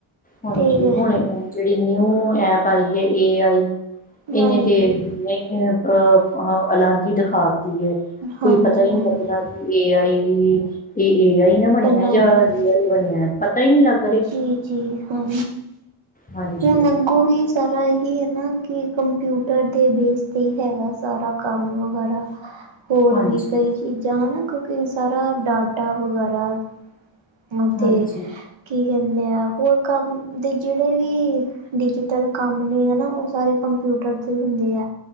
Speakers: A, on the left; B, on the right.
A: ਹਾਂਜੀ
B: ਅਤੇ
A: ਹੁਣੇ ਜਿਹੜੀ ਨਿਊ ਐਪ ਆਈ ਆ ਏ ਆਈ ਇਹਨੇ
B: ਹਾਂਜੀ
A: ਤੇ ਜਿੰਨੇ ਐਪ। ਉਹ ਅਲੱਗ ਹੀ ਦਿਖਾਤੀ ਹੈ
B: ਹਾਂਜੀ
A: ਕੋਈ ਪਤਾ ਹੀ
B: ਹਾਂਜੀ
A: ਨਹੀਂ ਲੱਗਦਾ ਇਹ ਏ ਆਈ ਇਹਏ ਆਈ ਨਾ ਬਣਿਆ
B: ਬਣਾਏ
A: ਜਾਂ
B: ਗਏ
A: ਇਹ ਬਣਿਆ ਪਤਾ ਹੀ ਨਹੀਂ ਲੱਗਦਾ।
B: ਜੀ ਜੀ ਹਾਂ
A: ਹਾਂਜੀ
B: ਹੁਣ ਅੱਗੋਂ ਵੀ ਸਾਰਾ ਇਹੀ ਹੈ ਨਾ ਕਿ ਕੰਪਿਊਟਰ ਦੇ ਬੇਸ 'ਤੇ ਹੀ ਹੈਗਾ ਸਾਰਾ ਕੰਮ ਵਗੈਰਾ ਹੋਰ
A: ਹਾਂਜੀ
B: ਵੀ ਕਈ ਚੀਜ਼ਾਂ ਹਨਾ ਕਿਉਂਕਿ ਸਾਰਾ ਡਾਟਾ ਵਗੈਰਾ। ਉਹਨੂੰ ਤੇ
A: ਹਾਂਜੀ
B: ਕੀ ਕਹਿੰਦੇ ਆ ਹੋਰ ਕੰਮ ਦੇ ਜਿਹੜੇ ਵੀ। ਡਿਜੀਟਲ ਕੰਮ ਨੇ ਹਨਾ ਉਹ ਸਾਰੇ ਕੰਪਿਊਟਰ ਤੇ ਹੀ ਹੁੰਦੇ ਹੈ।